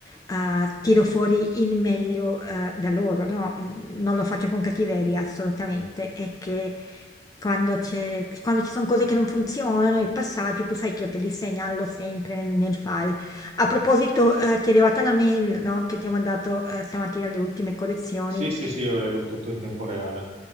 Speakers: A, on the left (about 20°); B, on the right (about 35°).
A: eh, tiro fuori il meglio eh, da loro, no? Mm, Non lo faccio con cattiveria, assolutamente. È che quando c'è, quando ci sono cose che non funzionano, i passaggi, tu sai che io te li segnalo sempre nel, nel file. A proposito, eh, ti è arrivata la mail, no? Che ti ho mandato eh, stamattina le ultime collezioni.
B: Sì, sì, sì, io leggo tutto in tempo reale.